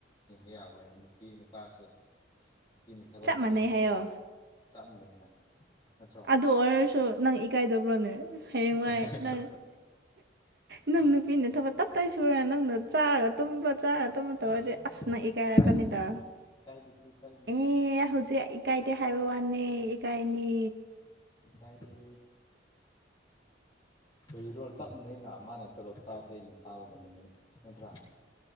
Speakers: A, on the left; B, on the right.
A: ꯍꯤꯡꯕ ꯌꯥꯕ꯭ꯔꯅꯦ ꯅꯨꯄꯤ ꯅꯨꯄꯥꯁꯨ ꯅꯨꯄꯤꯅ ꯊꯕꯛ
B: ꯆꯞ
A: ꯇꯧꯔ
B: ꯃꯥꯟꯅꯩ
A: ꯍꯤꯡꯕ
B: ꯍꯥꯏꯌꯣ
A: ꯌꯥꯏꯅ ꯆꯞꯃꯅꯩꯩꯅ ꯅꯠꯇ꯭ꯔꯣ
B: ꯗꯨ ꯑꯣꯏꯔꯁꯨ ꯅꯪ ꯏꯀꯥꯏꯗꯕ꯭ꯔꯣꯅꯦ ꯍꯌꯦꯡꯋꯥꯏ
A: ꯏꯀꯥꯏꯅꯕ
B: ꯅꯪ ꯅꯪ
A: ꯑꯁ
B: ꯅꯨꯄꯤꯅ ꯊꯕꯛ ꯇꯞꯇꯥꯏ ꯁꯨꯔ ꯅꯪꯅ ꯆꯥꯔ ꯇꯨꯝꯕ ꯆꯥꯔ ꯇꯨꯝꯕ ꯇꯧꯔꯗꯤ
A: ꯑꯣ
B: ꯑꯁ ꯅꯪ ꯏꯀꯥꯏꯔꯛꯀꯅꯤꯗ
A: ꯏꯀꯥꯏꯕꯤꯗꯦ ꯏꯀꯥꯏꯕꯤꯗꯦ ꯏꯀꯥꯏꯕꯤ
B: ꯏ ꯍꯧꯖꯤꯛ ꯏꯀꯥꯏꯗꯦ ꯍꯥꯏꯕ ꯋꯥꯅꯦ ꯏꯀꯥꯏꯅꯤ
A: ꯏꯀꯥꯏꯗꯦ ꯀꯔꯤꯔꯣ ꯆꯞ ꯃꯅꯩꯅ ꯃꯥꯅ ꯇꯣꯂꯣꯞ ꯆꯥꯕꯗꯣ ꯑꯩꯅ ꯆꯥꯕꯒꯨꯝꯕꯅꯤ ꯅꯠꯇ꯭ꯔꯥ